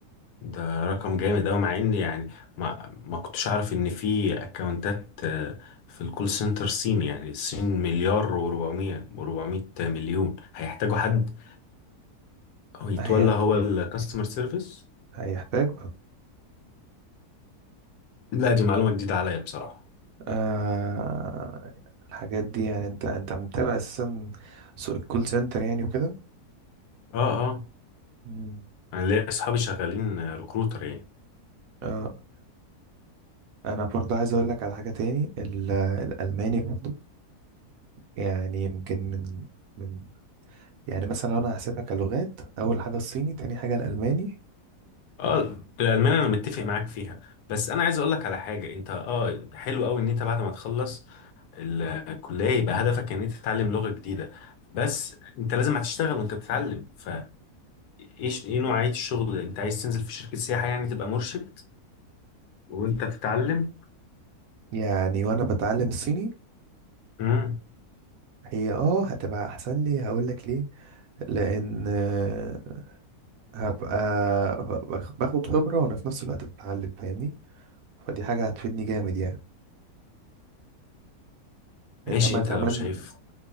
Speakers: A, on the left; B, on the right.
A: ده رقم جامد اوي مع ان يعني ما, ما كنتش اعرف ان في اكونتات آه، في الكول سنتر صيني يعني الصين مليار و400 و400 مليون هيحتاجوا حد هو يتولى
B: هي
A: هو الكاستمر سيرفيس
B: هيحتاج
A: لا دي معلومة جديدة عليا بصراحة
B: آه... الحاجات دي يعني انت انت متابع اساسا سوق الكول سنتر يعني وكده
A: اه اه
B: أمم.
A: انا ليا اصحابي شغالين ريكروتر
B: آه... انا برضه عايز اقول لك على حاجة تاني ال... الالماني برضه يعني يمكن من من يعني مثلا لو انا هحسبها كلغات اول حاجة الصيني تاني حاجة الالماني
A: اه الألمانية أنا متفق معاك فيها بس أنا عايز أقول لك على حاجة أنت اه حلو أوي إن أنت بعد ما تخلص الكلية يبقى هدفك إن أنت تتعلم لغة جديدة بس أنت لازم هتشتغل وأنت بتتعلم ف إيش إيه نوعية الشغل أنت عايز تنزل في شركة سياحة يعني تبقى مرشد وأنت بتتعلم
B: يعني وانا بتعلم الصيني
A: امم
B: هي اه هتبقى احسن لي هقول لك ليه لان آه، هبقى باخ- باخد خبرة وانا في نفس الوقت بتعلم فاهمني فدي حاجة هتفيدني جامد يعني انما
A: ماشي أنت
B: كمان
A: لو شايف